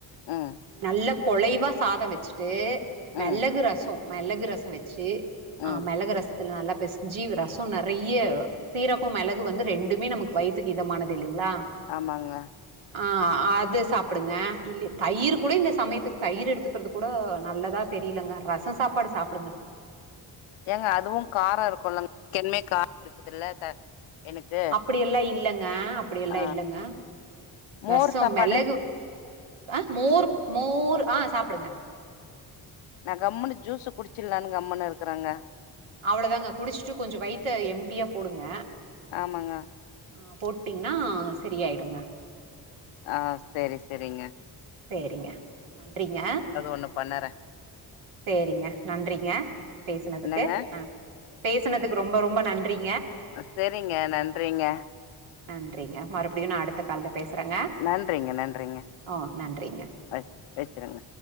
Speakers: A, on the left; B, on the right.
A: ம்
B: நல்ல குலைவா சாதம் வச்சுட்டு மெளகு
A: ம்
B: ரசம் மெளகு ரசம் வச் சு
A: ம்
B: ஆஹ் மெளகுரஸ் இதுல நல்லா பெசிஞ்சு ரசம் நெறய சீரகம் மிளகு வந்து ரெண்டுமே நமக்கு வயித்துக்கு இதமானது இல்லைங்களா
A: ஆமாங்க
B: ஆஹ் அது சாப்பிடுங்க இல்ல தயிர் கூட இந்த சமயத்துக்கு தயிர் எடுத்துக்கிறது கூட நல்லதா தெரியலங்க ரசம் சாப்பாடு சாப்பிடுங்க
A: ஏங்க அதுவும் கார இருக்குலங் கெ கா இருக்குதுல்ல எனக்கு
B: அப்படியெல்லாம இல்லங்க அப்படியெல்லாம
A: ஆ
B: இல்லங்க
A: மோர்
B: ரசம்
A: சாப்பாடு
B: மிளகு அஹ மோர் மோர் ஆஹ் சாப்பிடுங்க
A: நா கம்மனு ஜூசு குடிச்சிலானு கம்ன்னு இருக்கறாங்க
B: அவ்ளோதாங்க குடிச்சிட்டு கொஞ்சோ வயித்த எம்டியா போடுங்க
A: ஆமாங்க
B: ஆஹ் போட்டீங்கன்னா செரியாயிடுங்க
A: ஆஹ் சேரி சேரிங்க
B: சேரிங்க நன்றிங்க
A: ஒண்ணு பண்ணறே
B: சேரிங்க நன்றிங்க பேசுனதுக்கு
A: என்னங்க
B: ஹ பேசனதுக்கு ரொம்ப ரொம்ப நன்றி
A: செரிங்க நன்றிங்க
B: நன்றிங்க மறுபடியு நா அடுத்த கால்ல பேசுறேங்க
A: நன்றிங்க நன்றிங்க
B: ஓ நன்றிங்க
A: அ வச் வச்சுருங்க